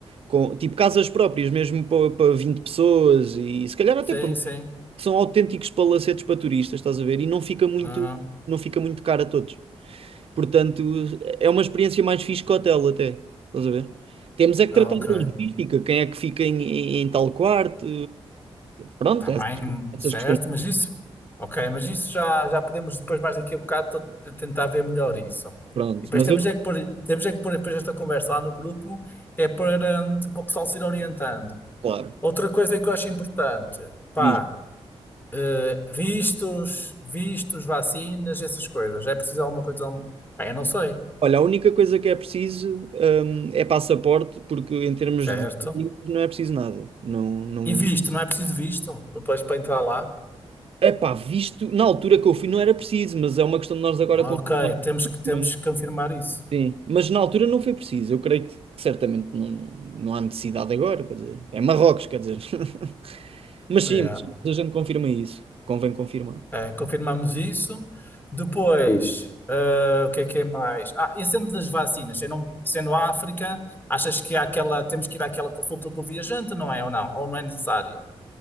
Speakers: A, on the right (about 60°); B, on the left (about 20°).
A: com, tipo casas próprias, mesmo para 20 pessoas e se calhar até
B: Sim,
A: para mais,
B: sim.
A: que são autênticos palacetes para turistas, estás a ver? E não fica muito,
B: Ah,
A: não fica muito caro a todos. Portanto, é uma experiência mais fixe que hotel até, estás a ver? Temos é que
B: ok.
A: tratar da logística, quem é que fica em, em- em tal quarto, pronto,
B: Está
A: essas,
B: bem,
A: essas
B: certo,
A: questões.
B: mas isso, ok, mas isso já, já podemos depois mais daqui a bocado t- tentar ver melhor isso.
A: Pronto,
B: E depois
A: mas
B: temos
A: eu,
B: é que pôr, temos é que pôr depois esta conversa lá no grupo, que é para, hum, para o pessoal se ir orientando.
A: claro,
B: Outra coisa que eu acho importante, pá,
A: diz,
B: eh, vistos, vistos, vacinas, essas coisas. É preciso alguma coisa, algum- pá, eu não sei,
A: olha, a única coisa que é preciso, hum, é passaporte, porque em termos
B: certo?
A: de documentos não é preciso nada. Não, não...
B: E visto, não é preciso visto? Depois para entrar lá?
A: Epá, visto, na altura que eu fui não era preciso, mas é uma questão de nós agora
B: Ok,
A: confirmar
B: temos que,
A: também.
B: temos que confirmar isso.
A: Sim, mas na altura não foi preciso. Eu creio que, que certamente não, não há necessidade agora, quer dizer, é Marrocos, quer dizer. <laughs> Mas
B: Yeah.
A: sim, mas a gente confirma isso, convém confirmar.
B: Uh, confirmamos isso. Depois, uh, o que é que é mais? Ah, e sendo das vacinas, sendo, sendo a África, achas que há aquela, temos que ir àquela consulta do viajante, não é? Ou não? Ou não é necessário?